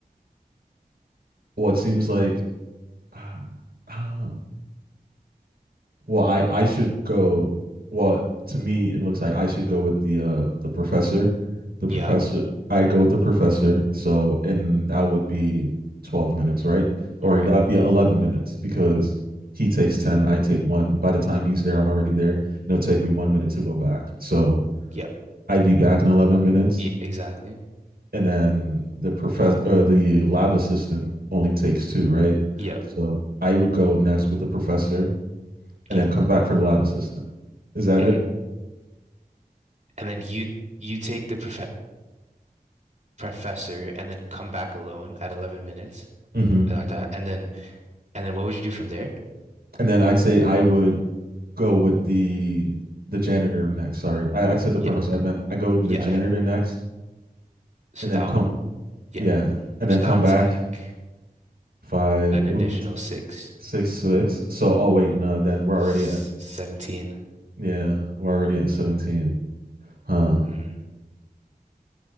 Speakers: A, on the right; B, on the right.
A: what well, seems like, ah, ah, well, I I should go. Well, to me, it looks like I should go with the uh the professor, the
B: yeah,
A: professor. I go with the professor. So, and that would be twelve minutes, right?
B: right,
A: Or that would be eleven minutes because he takes ten, I take one. By the time he's there, I'm already there. And it'll take me one minute to go back. So
B: yeah,
A: I'd be back in eleven minutes,
B: yeah, exactly,
A: and then the professor, uh, the lab assistant, only takes two, right?
B: yeah,
A: So I would go next with the professor, and
B: yeah.
A: then come back for the lab assistant. Is that
B: hmm
A: it?
B: And then you you take the prof professor and then come back alone at 11 minutes.
A: Mm-hmm.
B: I got that. And then and then what would you do from there?
A: And then I'd say I would go with the the janitor next. Sorry, I, I said
B: Yeah,
A: the professor. I meant I go to
B: yeah,
A: the janitor
B: yeah.
A: next,
B: So
A: and
B: that
A: then come.
B: would yeah.
A: Yeah, and
B: So
A: then come
B: that would
A: back.
B: take
A: If I it
B: an additional
A: would be
B: six,
A: six six. So oh wait, no. Then we're
B: s-
A: already at
B: 17.
A: yeah, we're already at seventeen. Huh.
B: Mhm.